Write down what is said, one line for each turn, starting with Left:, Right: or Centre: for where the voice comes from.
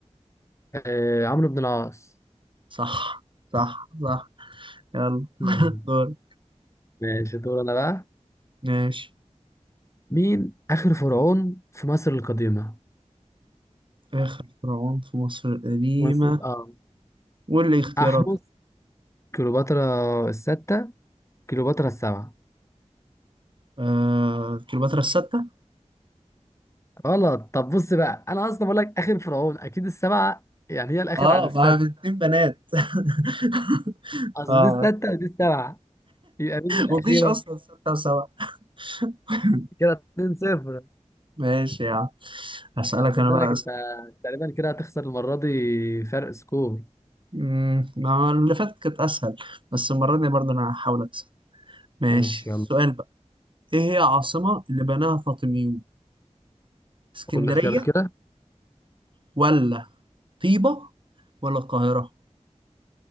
Left: آه عمرو بن العاص
Right: صح صح صح يلا
Left: مم.
Right: <laughs> دور
Left: ماشي دور انا بقى
Right: ماشي
Left: مين آخر فرعون في مصر القديمة
Right: آخر فرعون في مصر القديمة
Left: مصر اه
Right: واللي اختيارات
Left: أحمس كليوباترا الستة كليوباترا السبعة
Right: آه... كليوباترا الستة
Left: غلط طب بص بقى انا اصلا بقول لك اخر فرعون اكيد السبعه يعني هي الاخر
Right: اه
Left: عن السادسه
Right: ما هي اتنين بنات <laughs>
Left: اصل
Right: اه
Left: دي السادسه ودي السبعه يبقى مين الاخيره
Right: مفيش اصلا ستة وسبعة <laughs>
Left: كده 2 0
Right: ماشي يا عم هسألك
Left: لا خد
Right: انا
Left: بالك
Right: بقى
Left: انت
Right: أسئلة
Left: تقريبا كده هتخسر المره دي فرق سكور
Right: أمم، ما اللي فاتت كانت اسهل بس المرة دي برضه انا هحاول اكسب ماشي
Left: ماشي
Right: السؤال
Left: يلا
Right: بقى ايه هي عاصمة اللي بناها فاطميون اسكندرية
Left: قول لي اختيارك كده
Right: ولا طيبة ولا القاهرة